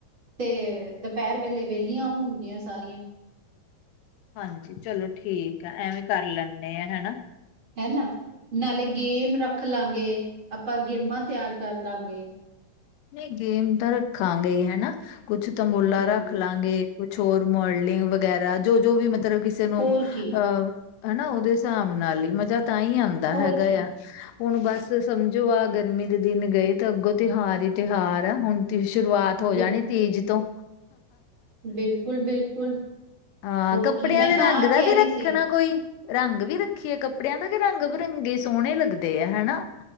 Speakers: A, on the right (about 30°); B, on the left (about 80°).
A: ਤੇ ਦਪੈਰ ਵੇਲੇ ਵੈਲੀਆਂ ਹੋਣਗੀਆਂ ਸਾਰੀਆਂ।
B: ਹਾਂਜੀ, ਚਲੋ ਠੀਕ ਆ ਐਵੇਂ ਕਰ ਲੈਂਣੇ ਆ ਹੈਨਾ।
A: ਹੈਨਾ ਨਾਲੇ ਗੇਮ ਰੱਖ ਲਾਂਗੇ, ਆਪਾਂ ਗੇਮਾਂ ਤਿਆਰ ਕਰ ਲਾਂਗੇ।
B: ਨਈ ਗੇਮ ਤਾਂ ਰੱਖਾਂਗੇ ਈ ਹਨਾ, ਕੁਛ ਤੰਬੋਲਾ
A: ਹਮ
B: ਰੱਖ ਲਾਂਗੇ, ਕੁਛ ਹੋਰ ਮੋਲਡਿੰਗ ਵਗੈਰਾ, ਜੋ-ਜੋ ਵੀ ਮਤਲਬ ਕਿਸੇ ਨੂੰ
A: ਹੋਰ ਕੀ
B: ਅ ਹਨਾ ਓਦੇ ਸਾਬ ਨਾਲ ਈ, ਮਜ਼ਾ ਤਾਂ ਈ ਆਂਦਾ
A: ਹੋਰ
B: ਹੈਗਾ
A: ਕੀ
B: ਆ। ਹੁਣ ਬਸ ਸਮਝੋ ਆ ਗਰਮੀ ਦੇ ਦਿਨ ਗਏ, ਤਾਂ ਅੱਗੋਂ ਤਿਹਾਰ ਈ ਤਿਹਾਰ ਆ ਹੁਣ ਤੇ ਸ਼ੁਰੂਆਤ
A: ਬਿਲਕੁਲ
B: ਹੋ ਜਾਣੀ ਤੀਜ ਤੋਂ।
A: ਬਿਲਕੁਲ ਬਿਲਕੁਲ।
B: ਆ
A: ਹੋਰ
B: ਕੱਪੜਿਆਂ
A: ਕੀ ਮੈਂ
B: ਦੇ
A: ਤਾਂ
B: ਰੰਗ
A: ਆਪ
B: ਦਾ
A: ਕਹਿ
B: ਵੀ
A: ਰਹੀ
B: ਰੱਖਣਾ
A: ਸੀ
B: ਕੋਈ। ਰੰਗ ਵੀ ਰੱਖੀਏ ਕੱਪੜਿਆਂ ਦਾ, ਕਿ ਰੰਗ ਬਿਰੰਗੇ ਸੋਣੇ ਲੱਗਦੇ ਆ ਹਨਾ।